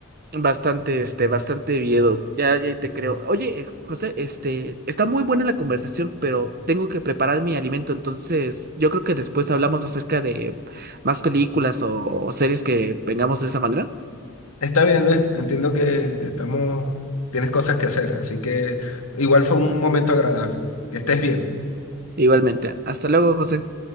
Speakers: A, on the right; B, on the left.
A: Bastante, este, bastante miedo. Ya, ya te creo. Oye, eh, José, este, está muy buena la conversación, pero tengo que preparar mi alimento, entonces yo creo que después hablamos acerca de más películas o, o series que vengamos de esa manera.
B: Está bien, Luis, entiendo que, que estamos, tienes cosas que hacer, así que igual fue un momento agradable. Que estés bien.
A: Igualmente. Hasta luego, José.